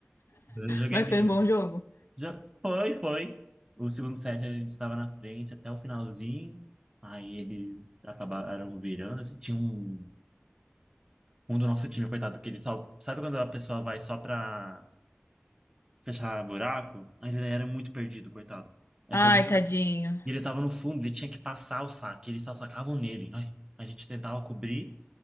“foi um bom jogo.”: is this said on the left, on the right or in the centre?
Left